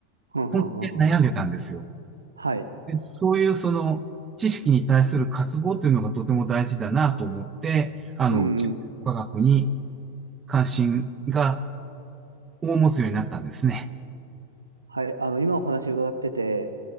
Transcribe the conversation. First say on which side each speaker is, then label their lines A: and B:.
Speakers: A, on the right (about 75°); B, on the right (about 20°).
A: ふんふんふんふん。
B: 本気で悩んでたんですよ。
A: はい。
B: で、そういうその知識に対する渇望というのがとても大事だなと思って、あの、
A: うんうん。
B: 地球科学に関心が大持つようになったんですね。
A: はい。あの、今お話伺ってて、